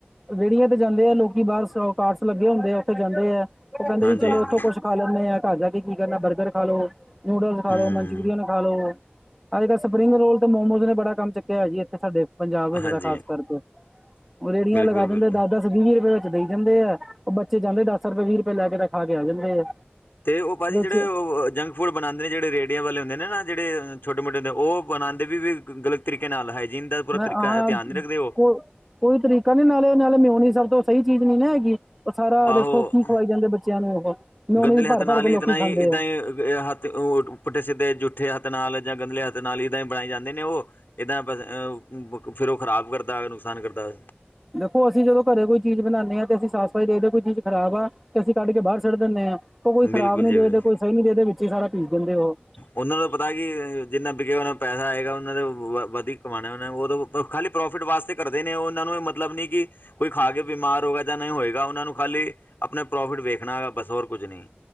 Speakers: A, in the centre; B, on the left.
A: ਰੇੜੀਆਂ ਤੇ ਜਾਂਦੇ ਆ ਲੋਕੀ, ਬਾਹਰ ਕਾਡਸ ਲੱਗੇ ਹੁੰਦੇ ਆ ਉੱਥੇ ਜਾਂਦੇ ਆ। ਉਹ ਕਹਿੰਦੇ
B: ਹਾਂਜੀ
A: ਜੀ ਚਲੋ,
B: ਹਾਂਜੀ
A: ਇੱਥੋਂ ਕੁਛ ਖਾ ਲੈਂਨੇ ਆ, ਘਰ ਜਾ ਕੇ ਕੀ ਕਰਨਾ ਬਰਗਰ ਖਾ ਲੋੋ। ਨੂਡਲਸ ਖਾ
B: ਹੂੰ
A: ਲੋ, ਮਨਚੂਰੀਅਨ ਖਾ ਲੋ, ਅੱਜ ਕੱਲ੍ਹ ਸਪਰਿੰਗ ਰੋਲ ਤੇ ਮੋਮੋਜ਼ ਨੇ ਬੜਾ ਕੰਮ ਚੁੱਕਿਆ ਜੀ ਇੱਥੇ ਸਾਡੇ ਪੰਜਾਬ ਵਿੱਚ
B: ਹਾਂਜੀ
A: ਤਾਂ ਖਾਸ ਕਰਕੇ ਰੇੜੀਆਂ
B: ਬਿਲਕੁਲ
A: ਲਗਾ ਦਿੰਦੇ
B: ਬਿਲਕੁਲ
A: ਦਸ-ਦਸ ਵੀ ਵੀ ਰੁਪਏ ਵਿੱਚ ਦੇਈ ਜਾਂਦੇ ਆ ਉਹ ਬੱਚੇ ਜਾਂਦੇ ਦਸ ਰੁਪਏ ਵੀ ਰੁਪਏ ਲੈ ਕੇ ਤਾਂ ਖਾ ਕੇ ਆ ਜਾਂਦੇ ਆ।
B: ਤੇ ਉਹ ਭਾਜੀ
A: ਵਿੱਚ
B: ਜਿਹੜੇ ਉਹ ਜੰਕ ਫੂਡ ਬਣਾਦੇ ਨੇ ਜਿਹੜੇ ਰੇੜੀਆਂ ਵਾਲੇ ਹੁੰਦੇ ਨੇ ਨਾ ਜਿਹੜੇ ਛੋਟੇ ਮੋਟੇ ਹੁੰਦੇ ਉਹ ਬਣਾਦੇ ਵੀ ਗਲਤ ਤਰੀਕੇ ਨਾਲ ਹੈ, ਜਿਨ ਦਾ ਪੂਰਾ
A: ਮੈਂ
B: ਤਰੀਕਾ
A: ਹਾਂ
B: ਧਿਆਨ ਨਹੀਂ ਰੱਖਦੇ ਉਹ
A: ਕੋ ਕੋਈ ਤਰੀਕਾ ਨੀ ਨਾਲੇ ਨਾਲੇ ਮਿਉਨੀ ਸਭ ਤੋਂ ਸਹੀ ਚੀਜ਼ ਨੀ ਨਾ ਹੈਗੀ ਉਹ ਸਾਰਾ ਦੇਖੋ
B: ਆਹੋ
A: ਕੀ ਖਵਾਈ ਜਾਂਦੇ ਆ ਬੱਚਿਆਂ ਨੂੰ ਉਹ ਮੈਂ ਮੈਂਓਨੀਸ
B: ਗੰਦਲੇ
A: ਭਰ-ਭਰ
B: ਹੱਥ ਨਾਲ
A: ਕੇ
B: ਹੀ
A: ਲੋਕ
B: ਇਤਨਾ
A: ਖਾਂਈ ਜਾਦੇ
B: ਹੀ ਇੱਦਾਂ
A: ਆ।
B: ਹੀ ਹੱਥ ੳਹ ਪੁੱਠੇ ਸਿੱਧੇ ਜੂਠੇ ਹੱਥ ਨਾਲ ਜਾਂ ਗੰਧਲੇ ਹੱਥ ਨਾਲ ਈ ਬਣਾਈ ਜਾਂਦੇ ਨੇ ਉਹੋ ਇਦਾ ਬਸ ਫੇਰ ਉਹ ਖ਼ਰਾਬ ਕਰਦਾ ਨੁਕਸਾਨ ਕਰਦਾ।
A: ਦੇਖੋ ਅਸੀਂ ਜਦੋਂ ਘਰੇ ਕੋਈ ਚੀਜ਼ ਬਣਾਣੇ ਆਂ ਤੇ ਅਸੀਂ ਸਾਫ਼ ਸਫ਼ਾਈ ਦੇਖਦੇ ਕੋਈ ਚੀਜ਼ ਖਰਾਬ ਆ। ਤੇ ਅਸੀਂ ਕੱਢ ਕੇ ਬਾਰ ਸੇਟ ਦਿੰਦੇ ਆਂ ਓ ਕੋਈ ਖਰਾਬ
B: ਬਿਲਕੁਲ
A: ਨੀ
B: ਜੀ
A: ਦੇਖਦੇ
B: ਬਿਲਕੁਲ
A: ਕੋਈ ਸਈ ਨੀ ਦੇਖਦੇ ਵਿੱਚ ਈ ਸਾਰਾ ਪੀਸ ਦਿੰਦੇ ਓ।
B: ਉਨਾਂ ਨੂੰ ਪਤਾ ਕਿ ਜਿੰਨਾ ਵਿਕੇ ਉਨਾਂ ਨੂੰ ਪੈਸਾ ਆਏਗਾ ਉਨਾਂ ਨੇ ਵਧ ਈ ਕਮਾਣਾ ਉਨਾਂ ਨੇ ਓ ਤੋਂ ਖਾਲੀ ਪ੍ਰੋਫਿਟ ਵਾਸਤੇ ਕਰਦੇ ਨੇ ਉਨਾਂ ਨੂੰ ਏ ਮਤਲਬ ਨੀ ਕਿ ਕੋਈ ਖਾ ਕੇ ਬਿਮਾਰ ਹੋਏਗਾ ਜਾਂ ਨਈ ਹੋਏਗਾ ਉਨਾਂ ਨੂੰ ਖਾਲੀ ਆਪਣੇ ਪ੍ਰੋਫਿਟ ਵੇਖਣਾ ਹੈਗਾ ਬਸ ਹੋਰ ਕੁਝ ਨਈ।